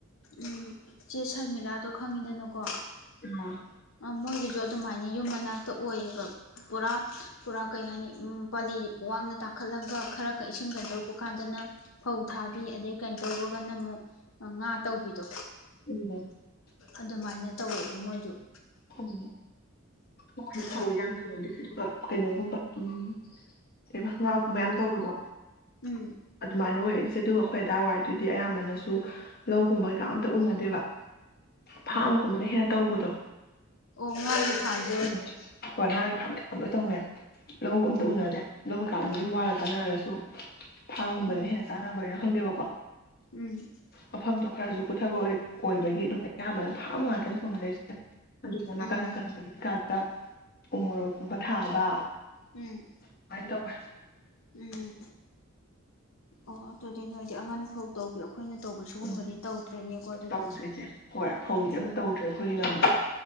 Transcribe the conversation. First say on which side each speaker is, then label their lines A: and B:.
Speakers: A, on the left; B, on the left.
A: ꯎꯝ ꯆꯦ ꯁꯔꯃꯤꯂꯥꯗꯣ ꯈꯪꯉꯤꯗꯅꯀꯣ
B: ꯑꯥ
A: ꯑ ꯃꯣꯏꯒꯤꯗꯣ ꯑꯗꯨꯃꯥꯏꯅ ꯌꯨꯝ ꯃꯅꯥꯛꯇ ꯑꯣꯏꯌꯦꯕ ꯄꯨꯔꯥ ꯄꯨꯔꯥ ꯀꯩ ꯍꯥꯏꯅꯤ ꯎ ꯄꯥꯂꯤ ꯋꯥꯡꯅ ꯇꯥꯈꯠꯂꯒ ꯈꯔ ꯈꯔ ꯏꯁꯤꯡ ꯀꯩꯅꯣ ꯇꯧꯕ ꯀꯥꯟꯗꯅ ꯐꯧ ꯊꯥꯕꯤ ꯑꯗꯩ ꯀꯩꯅꯣ ꯇꯧꯕꯒꯅ ꯑꯃꯨꯛ ꯉꯥ ꯇꯧꯕꯤꯗꯣ
B: <unintelligible>
A: ꯑꯗꯨꯃꯥꯏꯅ ꯇꯧꯋꯦꯕ ꯃꯣꯏꯁꯨ
B: ꯎꯝ <unintelligible>
A: ꯎꯝ
B: ꯀꯩꯅꯣꯒꯨꯝꯕ ꯎꯟ ꯀꯩꯑꯕꯥ ꯉꯥꯒꯨꯝꯕ ꯌꯥꯝ ꯇꯧꯕꯗꯣ
A: ꯎꯝ
B: ꯑꯗꯨꯃꯥꯏ ꯑꯣꯏꯔꯤꯁꯦ ꯑꯗꯨꯒꯥ ꯑꯈꯣꯏ ꯑꯗꯥꯏꯋꯥꯏ ꯗꯨꯗꯤ ꯑꯌꯥꯝꯕꯅꯥꯁꯨ ꯂꯧ ꯒꯨꯝꯕ ꯀꯩꯀꯥ ꯑꯝꯇ ꯎꯅꯥꯗꯦꯕꯥ ꯐꯥꯝ
A: ꯑꯦ
B: ꯒꯨꯝꯕꯥꯟ ꯍꯦꯟꯅꯥ ꯇꯧꯕꯥꯗꯣ
A: ꯑꯗꯨ ꯊꯥꯟ <unintelligible>
B: ꯎꯝ ꯍꯣꯏ ꯉꯥꯒꯤ ꯐꯥꯝꯟ ꯃꯌꯥꯝ ꯂꯣꯏ ꯇꯧꯅ ꯂꯧ
A: ꯎꯝ
B: ꯑꯝꯇ ꯎꯅꯗꯦ ꯂꯧ ꯀꯩꯀꯥ ꯑꯗꯨꯝ ꯑꯗꯨꯝ ꯋꯥꯟꯂꯒ ꯆꯥꯟꯅꯔꯁꯨ ꯐꯥꯝꯒꯨꯝꯕꯗꯅ
A: ꯎꯝ
B: ꯍꯦꯟꯅ ꯆꯥꯅꯕꯩꯏꯔ ꯈꯪꯗꯦꯕꯀꯣ
A: ꯎꯝ
B: ꯃꯐꯝꯗꯣ ꯈꯔꯁꯨ ꯀꯨꯊꯕ ꯑꯣꯏꯕꯒꯤ ꯑꯗꯨꯝ ꯑꯌꯥꯝꯕꯅ ꯐꯥꯝ ꯉꯥꯛꯇꯅꯤ ꯇꯧꯅꯔꯤꯁꯦ ꯑꯗꯨꯗꯨꯅ ꯅꯥꯀꯟ
A: ꯎꯝ
B: ꯅꯥꯀꯟꯀꯗ ꯎ ꯃꯣꯔꯣꯛꯀꯨꯝꯕ ꯊꯥꯕ
A: ꯎꯝ
B: ꯀꯃꯥꯏꯅ ꯇꯧꯋꯦ
A: ꯎꯝ ꯑꯣ ꯑꯗꯨꯗꯤ ꯅꯣꯏꯗꯤ ꯑꯉꯟ ꯐꯧ ꯇꯧꯕꯤ ꯑꯩꯈꯣꯏꯅ ꯇꯧꯕ ꯁꯤꯒꯨꯝꯕꯗꯤ
B: ꯎꯝ
A: ꯇꯧꯗ꯭ꯔꯦꯅꯦꯀꯣ ꯑꯗꯨꯗꯤ
B: ꯇꯧꯗ꯭ꯔꯤꯁꯦ ꯍꯣꯏ ꯐꯧꯗꯤ
A: ꯎꯝ
B: ꯑꯝꯇ ꯇꯧꯗ꯭ꯔꯦ ꯑꯩꯈꯣꯏꯒꯤꯅꯥꯅ ꯑꯃꯨꯛ